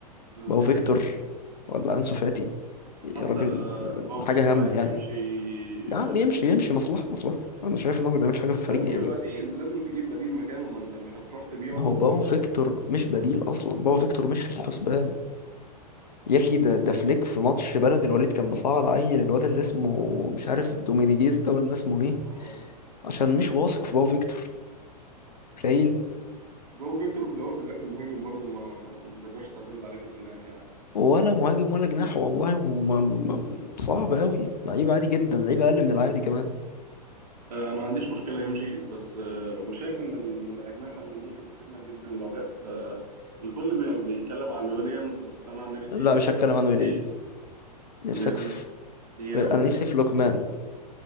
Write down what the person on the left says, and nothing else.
بقى
فيكتور
ولا انسو فاتي يا
راجل
ده
حاجه هم
يعني
ده
بيمشي يمشي يمشي، مصلحة مصلحة أنا شايف إن هو ما بيعملش حاجة
في الفريق
يعني
ما
هو باو فيكتور مش بديل أصلا باو فيكتور مش في الحسبان يا أخي ده ده فليك في ماتش بلد الوليد كان مصعد عيل الواد اللي اسمه مش عارف دومينيجيز ده ولا اسمه إيه
عشان مش واثق في باو فيكتور تخيل
ولا مهاجم ولا جناح والله وما ما- صعب أوي لعيب عادي جدا لعيب أقل من العادي كمان
لا مش هتكلم
عن ويليامز
نفسك
في...
في- أنا نفسي في لوكمان